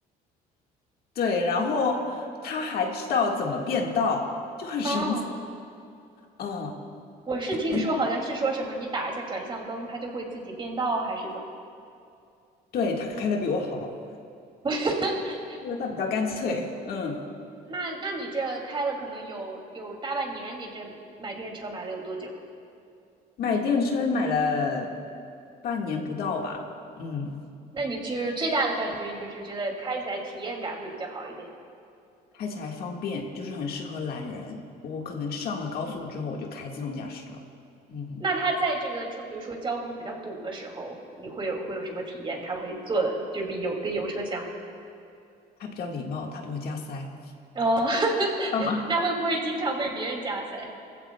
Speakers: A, on the left; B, on the right.
A: 对，然后他还知道怎么变道，就很神奇，
B: 哦，<laughs> oh,
A: 嗯，
B: 我是听说好像是说什么你打一下转向灯，
A: 你
B: 它就会自己变道，还是怎么
A: 对他开的比我好，
B: <laughs>？
A: 因为他比较干脆，嗯，
B: 那那你这开了可能有有大半年，你这买电车买了有多久？
A: 买电车买了半年不到吧，嗯。
B: 那你就是最大的感觉，你就是觉得开起来体验感会比较好一点。
A: 开起来方便，就是很适合懒人。我可能上了高速之后，我就开自动驾驶了。嗯，
B: 那它在这个就比如说交通比较堵的时候，你会有会有什么体验？它会做的就是比油跟油车相比
A: 它比较礼貌，它不会加塞。
B: 哦，oh, <laughs>
A: 干嘛？
B: 那会不会经常被别人加塞？